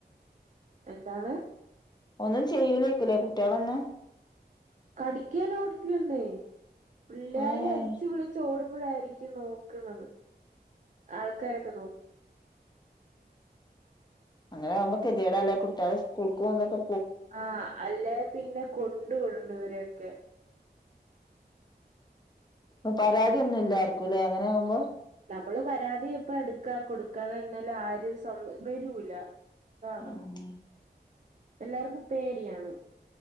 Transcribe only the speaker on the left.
ഒന്നും ചെയ്യു ലായിരിക്കുമല്ലേ കുട്ടികളൊന്നും
ഏഹ്
<unintelligible> കെതിയട അല്ല കുട്ടികെ സ്കൂൾക്ക് പോകന്നൊക്കെ
അ പരാതിയൊന്നുമില്ലേർക്കും ആർക്കും
ആകുമ്പോ